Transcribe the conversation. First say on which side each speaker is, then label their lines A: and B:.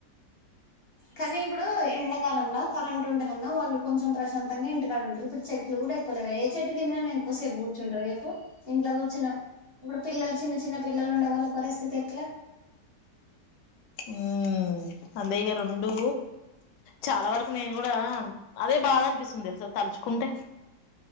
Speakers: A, on the left; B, on the left.
A: కానీ ఇప్పుడు ఎండాకాలంలో కరెంట్ ఉంట కన్నా వాళ్ళు కొంచెం ప్రశాంతంగా ఇంటికాడ ఉంటారు ఇప్పుడు చెట్లు కూడా ఎక్కువ లేవ ఏ చెట్టు కింద ఎక్కువసేపు కూర్చుంటారు ఎప్పు ఇంట్లో కూర్చున్న ఇప్పుడు పిల్లలు చిన్న చిన్న పిల్లలు ఉండే వాళ్ళ పరిస్థితి ఎట్లా
B: ఉ అందే ఇగ రెండు చాలా వరకు నేను కూడా అదే బాధ అనిపిస్తుంది తెలుసా తలుచుకుంటే